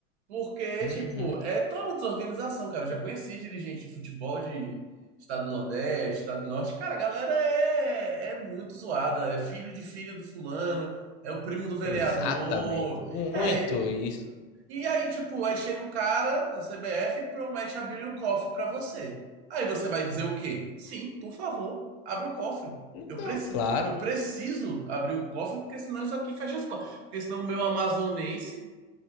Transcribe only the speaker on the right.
Porque,
tipo, é toda uma desorganização, cara. Eu já conheci dirigente de futebol de Estado do Nordeste, Estado do Norte. Cara, a galera é, é muito zoada. É filho de filho do fulano, é o primo do vereador.
É. E
e aí, tipo, aí chega um cara da CBF e promete abrir o cofre pra você. Aí você vai dizer o quê? Sim, por favor, abre o cofre.
Eu, preci
eu preciso abrir o cofre, porque senão isso aqui fecha as portas. Porque senão o meu amazonense